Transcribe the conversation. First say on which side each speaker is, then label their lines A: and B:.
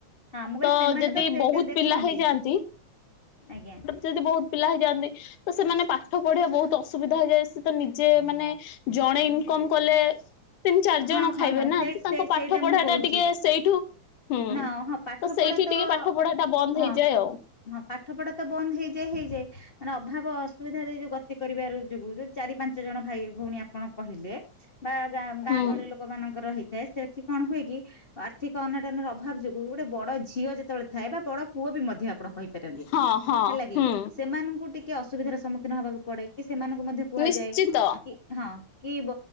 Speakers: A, on the left (about 45°); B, on the left (about 80°).
A: ହଁ ମୁଁ କହିଲି
B: ତ
A: ସେମାନେ
B: ଯଦି
A: ତ ସେଇଟା
B: ବହୁତ୍
A: ଦେଖନ୍ତି
B: ପିଲା ହେଇଯାଆନ୍ ତି
A: ଆଜ୍ଞା।
B: ଯଦି ବହୁତ୍ ପିଲା ହେଇଯାଆନ୍ତି ତସେମାନେ ପାଠ ପଢିବା ବହୁତ୍ ଅସୁବିଧା ହେଇଯାଏ ସେତ ନିଜେ ମାନେ ଜଣେ ଇନକମ୍ କଲେ ତିନି ଚାରି ଜଣ
A: ହଁ
B: ଖାଇବେନା
A: ହଁ ହଁ ସେ
B: ତ ତାଙ୍କ ପାଠ
A: ସେଇଟା
B: ପଢାଟା
A: ମୁଁ କହୁଛି
B: ଟିକେ ସେଇଠୁ ହୁଁ
A: ନା
B: ତ
A: ହଁ ପାଠ
B: ସେଇଠି
A: ପଢା ତ
B: ଟିକେ ପାଠ ପଢାଟା ବନ୍ଦ
A: ହଁ
B: ହେଇଯାଏ ଆଉ।
A: ହଁ ପାଠ ପଢାତ ବନ୍ଦ ହେଇଯାଏ ହେଇଯାଏ ମାନେ ଅଭାବ ଅସୁବିଧା ଦେଇ ଯୋଉ ଗତି କରିବାର ଯୋଗୁ ଯୋଉ ଚାରି ପାଞ୍ଚ ଜଣ ଭାଇ ଭଉଣୀ ଆପଣ କହିଲେ ବା
B: ହୁଁ
A: ଗହଳି ଲୋକମାନଙ୍କର ହେଇଥାଏ ସେଠି କଣ ହୁଏକି ଆର୍ଥିକ ଅନଟ ଭାବ ଯୋଗୁ ଗୋଟେ ବଡ଼ ଝିଅ ଯେତେବେଳେ ଥାଏ ବା ବଡ଼ ପୁଅବି ମଧ୍ୟ ଆପଣ କହିପାରନ୍ତି।
B: ହଁ ହଁ
A: ହେଲାକିି
B: ହୁଁ
A: ସେମାନଙ୍କୁ ଟିକେ ଅସୁବିଧାର ସମ୍ମୁଖୀନ ହବାକୁ ପଡ଼େ କି ସେମାନଙ୍କୁ ମଧ୍ୟ କୁହାଯାଏ
B: ନିଶ୍ଚିତ
A: କି ହଁ କି ବ